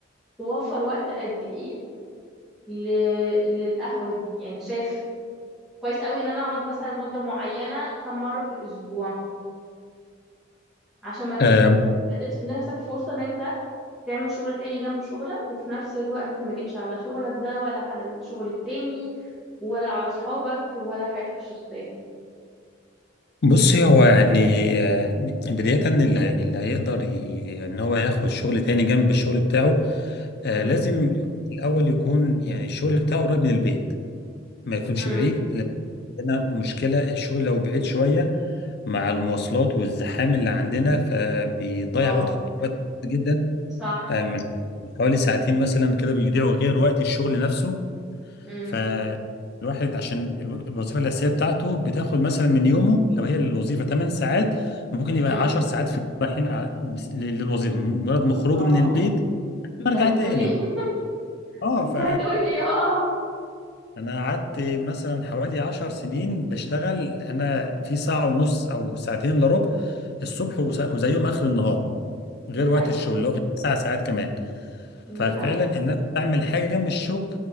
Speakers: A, in the centre; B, on the left.
A: توفر وقت قد ايه ل... للقهوة دي يعني انت شايف كويس قوي ان انا اقعد مثلا مدة معينة كم مرة في الاسبوع عشان ما ت-
B: آه،
A: ما تبقى اديت لنفسك فرصة ان انت تعمل شغل تاني جنب شغلك وفي نفس الوقت ما جيتش على شغلك ده ولا على الشغل التاني ولا على صحابك ولا حياتك الشخصية
B: بصي هو يعني آه، بداية اللي اللي هيقدر ي- ان هو ياخد شغل تاني جنب الشغل بتاعه آه،
A: امم
B: لازم الاول يكون يعني الشغل بتاعه قريب من البيت ما يكونش
A: امم
B: بعيد لان عندنا مشكلة الشغل لو بعيد شوية مع المواصلات والزحام اللي عندنا فبيضيع
A: اه
B: وقت وقت جدا
A: صح
B: آه، من حوالي ساعتين مثلا كده بيضيعوا غير وقت الشغل نفسه
A: امم
B: فالواحد عشان الو- الوظيفة الأساسية بتاعته بتاخد مثلا من يومه لو هي الوظيفة 8 ساعات ممكن يبقى
A: امم
B: 10 ساعات في رايحين ع- للوظيفة مجرد ما خروجه
A: اه
B: من البيت
A: انت
B: برجع
A: هتقولي
B: تاني
A: <laughs>
B: اه
A: انت
B: ف
A: هتقولي اه
B: انا قعدت مثلا حوالي عشر سنين بشتغل انا في ساعة ونص او ساعتين الا ربع الصبح وس- وزيهم
A: مم.
B: اخر النهار غير
A: دي حقيقة
B: وقت الشغل اللي هو كان تسع ساعات كمان
A: دي
B: ففعلا
A: حقيقة
B: ان انا بعمل حاجة جنب الشغل